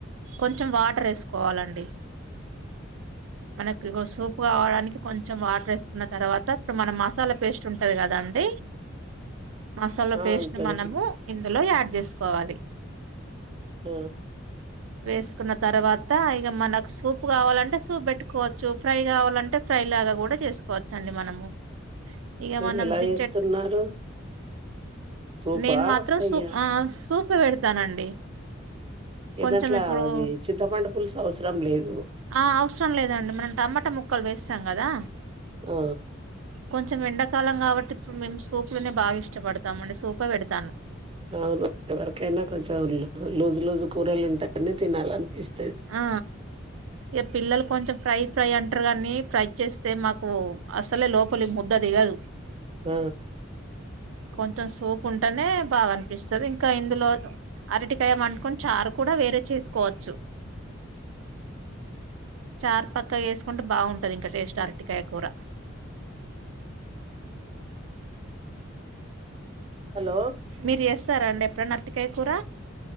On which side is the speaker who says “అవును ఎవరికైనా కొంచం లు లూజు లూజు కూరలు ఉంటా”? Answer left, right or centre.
Right